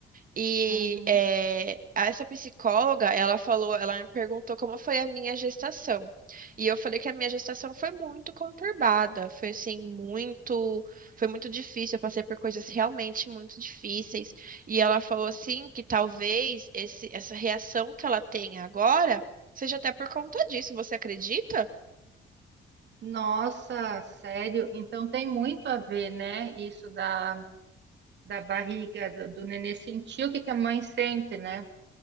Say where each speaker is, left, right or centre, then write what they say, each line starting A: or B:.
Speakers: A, on the right (about 45°); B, on the right (about 60°).
A: E
B: Uhum.
A: eh, essa psicóloga, ela falou, ela me perguntou como foi a minha gestação. E eu falei que a minha gestação foi muito conturbada, foi assim, muito, foi muito difícil, eu passei por coisas realmente muito difíceis. E ela falou assim que talvez esse, essa reação que ela tem agora seja até por conta disso, você acredita?
B: Nossa, sério? Então tem muito a ver, né? Isso da, da barriga do, do nenê sentir o que que a mãe sente, né?